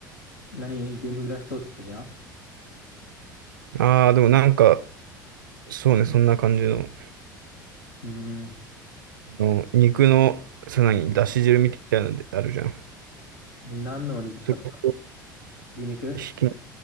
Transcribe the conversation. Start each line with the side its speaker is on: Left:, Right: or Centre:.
Left: 何、デミグラスソースだっけな
Right: ああ、でもなんか、そうね、そんな感じの、
Left: うーん、
Right: あの肉の、さらに、だし汁みたいなのであるじゃん。
Left: 何のお肉使ったの
Right: それと、
Left: 牛肉
Right: ひき、